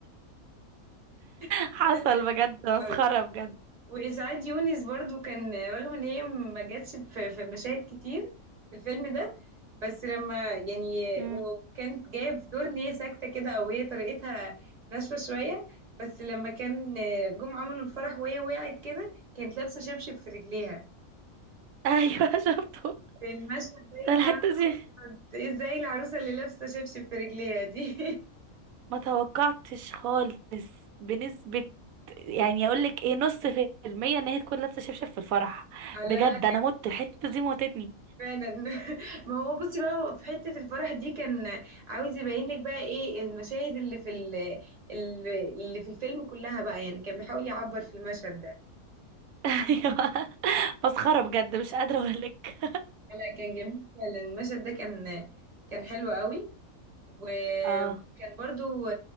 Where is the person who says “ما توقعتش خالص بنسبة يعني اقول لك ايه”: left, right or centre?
Right